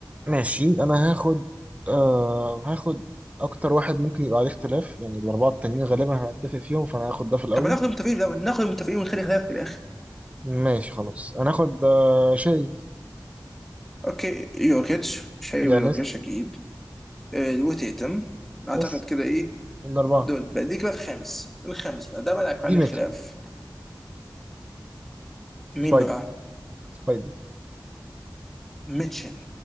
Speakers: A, on the right; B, in the centre.
A: ماشي انا هاخد آه هاخد اكتر واحد ممكن يبقى عليه اختلاف يعني الاربعه التانيين غالبا هنتفق فيهم فانا هاخد ده في الاول
B: طب هناخد المتفقين الاول ناخد المتفقين ونخلي خلاف في الاخر
A: ماشي خلاص انا هاخد آه شاي
B: اوكي يوكيتش مش هيبقى
A: يانس
B: يوكيتش اكيد آه، وتيتم اعتقد
A: بس
B: كده ايه
A: من الاربعه
B: دول بقى دي كده الخامس الخامس بقى ده بقى اللي هيكون
A: دي
B: عليه
A: ماتش
B: الخلاف مين
A: سبايدر
B: بقى
A: سبايدر
B: ميتشل